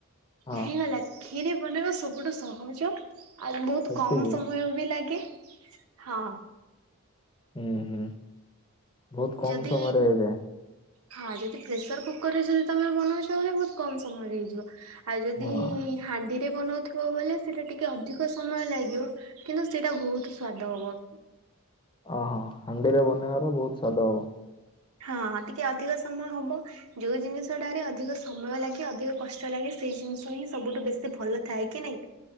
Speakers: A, on the left (about 20°); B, on the right (about 85°).
A: ହଁ
B: ହେଇଗଲା ଖିରି ବନେଇବା ସବୁଠୁ ସହଜ ଆଉ ବହୁତ
A: ଏତିକି
B: କମ ସମୟ ବି ଲାଗେ ହଁ
A: ହୁଁ ହୁଁ ବହୁତ କମ
B: ଯଦି
A: ସମୟରେ ହେଇଯାଏ।
B: ହଁ ଯଦି ପ୍ରେସର କୁକର ରେ ଯଦି ତମେ ବନଉଛ ବଇଲେ ବହୁତ କମ ସମୟ ରେ ହେଇଯିବ ଆଉ ଯଦି
A: ହଁ
B: ହାଣ୍ଡିରେ ବନଉଥିବ ବୋଲେ ସେଟା ଟିକେ ଅଧିକ ସମୟ ଲାଗିବ କିନ୍ତୁ ସେଇଟା ବହୁତ ସ୍ଵାଦ ହବ
A: ଓହୋ ହାଣ୍ଡିରେ ବନେଇବାର ବହୁତ ସ୍ଵାଦ ହବ
B: ହଁ ଟିକେ ଅଧିକ ସମୟ ହବ ଯୋଉ ଜିନିଷଟାରେ ଅଧିକ ସମୟ ଲାଗେ ଅଧିକ କଷ୍ଟ ଲାଗେ ସେଇ ଜିନିଷ ହିଁ ସବୁଠୁ ବେଶୀ ଭଲ ଥାଏ କି ନାଇଁ